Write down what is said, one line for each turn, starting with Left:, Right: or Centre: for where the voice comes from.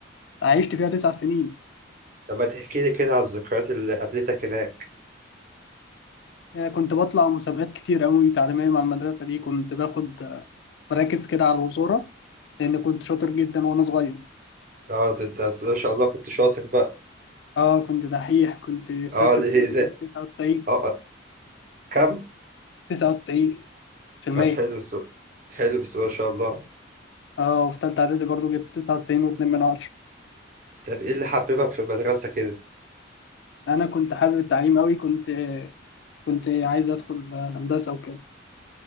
Left: عشت فيها تسع سنين
Right: طب ما تحكي لي كده على الذكريات اللي قابلتك هناك
Left: آه، كنت بطلع مسابقات كتير قوي تعليميه مع المدرسه دي كنت باخد آه، مراكز كده على الوزاره لان كنت شاطر جدا وانا صغير
Right: اه ده انت بس ما شاء الله كنت شاطر بقى
Left: اه كنت دحيح كنت في ستة
Right: اه ليه
Left: ابتدائي
Right: ازاي
Left: جايب تسعة وتسعين
Right: اه آه. كم
Left: تسعة وتسعين في
Right: طب
Left: المية
Right: حلو بس حلو بس ما شاء الله
Left: اه وفي تالتة إعدادي برضو جبت تسعة وتسعين واتنين من عشرة
Right: طب ايه اللي حببك في المدرسه كده
Left: أنا كنت حابب التعليم أوي كنت كنت عايز أدخل هندسة وكده